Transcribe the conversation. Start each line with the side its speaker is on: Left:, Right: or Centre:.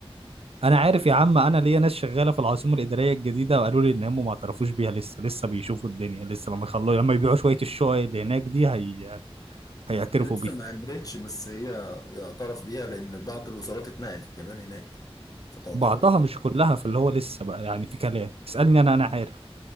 Right: انا عارف يا عم انا ليا ناس شغاله في العاصمه الاداريه الجديده وقالوا لي ان هم ما اعترفوش بيها لسه لسه بيشوفوا الدنيا لسه لما يخلوا لما يبيعوا شويه الشقق اللي هناك دي هي... هيعترفوا
Left: هي لسه
Right: بيها
Left: ما عملتش بس هي يعترف بيها لان بعض الوزارات اتنقلت كمان هناك فتعتبر
Right: بعضها مش كلها فاللي هو لسه بقى يعني في كلام اسالني انا انا عارف